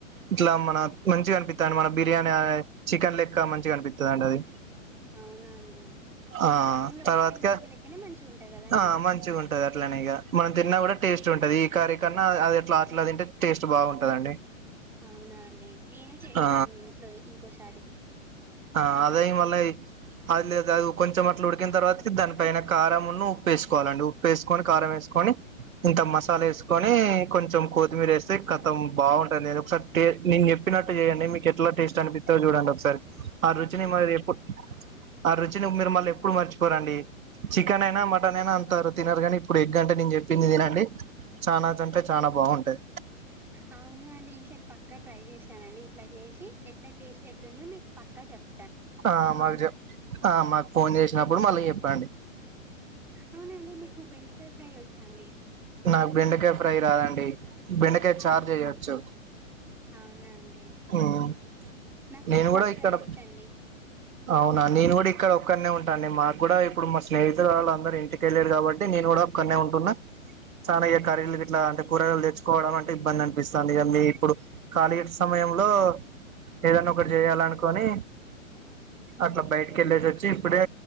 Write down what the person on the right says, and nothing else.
ఇట్లా మన మంచి కనిపిస్త ది మన బిర్యానీ చికెన్ లెక్క మంచిగా కనిపిస్తది అండి అది
ఆ
తర్వాత్కే
ఆ మంచిగుంటది అట్లనే ఇగ మ తిన్న గుడా టేస్ట్ గుంటది ఈ కర్రీ కన్నా అది ఎట్ల అట్ల తింటే టేస్ట్ బాగుంటదండి.
ఆ
ఆ అదే ఈ మళ్ళయి అది లేదు అది కొంచెం అట్ల ఉడికిన్ తర్వాతికి దాన్ కారమును ఉప్పు ఏస్సుకోవాలండి ఉప్పేస్కొని కారం ఏస్కొన్ కొని ఇంత మసాలేస్కొనీ కొంచం కొత్తిమీర్ ఏస్తే కతం బాగుంటదనేది ఒకసారి టేస్ట్ నేన్ చెప్పినట్టు చేయండి మీకెట్ల టేస్ట్ అనిపిత్తదో చూడండ్ ఒక్సారి ఆ రుచిని
మరి ఎప్పుడ్ ఆ రుచిని మీరు మళ్ళీ ఎప్పుడు మర్చిపోరండి. చికెన్ అయినా మటన్ అయినా అంత తినరు గనీ ఇప్పుడు ఎగ్గంటే నేన్ చెప్పింది తినండి. చానాచ్ అంటే చానా బాగుంటయి.
ఆ మాక్ చెప్ ఆ మాక్ ఫోన్ చేసినప్పుడు మళ్ళీ చెప్పండి.
నాక్ బెండకాయ ఫ్రై రాదండి బెండకాయ చార్
చేయవచ్చు.
మ్
నేన్
గుడా ఇక్కడ
అవునా నేన్ గుడ ఇక్ ఒక్కనే ఉంటా అండి మాక్ గుడా ఇప్పుడు మా స్నేహితుల్ వాళ్లందరూ ఇంటికెళ్ళిన్లు కాబట్టి నేన్ గుడా ఒక్కనే ఉంటున్న చాలా ఇగ కర్రీలు గిట్లా అంటే కూరగాయలు తెచ్చుకోవడం అంటే ఇబ్బంద్ అన్పిస్తాది ఇగ మీ ఇప్పుడు కాలీట్స్ సమయంలో ఏదన్న ఒకట్ చేయాలనుకోని అట్ల బైటికెళ్ళేసి వచ్చి ఇప్పుడే